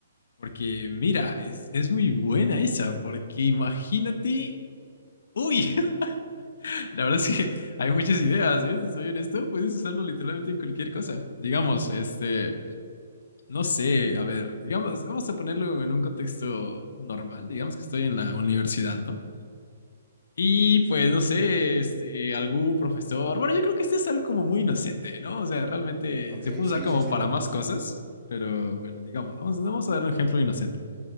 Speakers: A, on the left (about 70°); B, on the right (about 20°).
A: Porque mira, es, es muy buena esa, porque imagínate... Uy, <laughs> La verdad es que <laughs> hay muchas ideas, ¿eh? Si soy honesto, puedes usarlo literalmente en cualquier cosa. Digamos, este, no sé, a ver, digamos, vamos a ponerlo en un contexto normal, digamos que estoy en la universidad, ¿no? Y pues, no sé, este, algún profesor, bueno, yo creo que este es algo como muy inocente, ¿no? O sea, realmente
B: Ok,
A: se puede
B: sí,
A: usar como
B: sí, sí,
A: para
B: ¿no?
A: más cosas, pero bueno, digamos, vamos, vamos a dar un ejemplo inocente.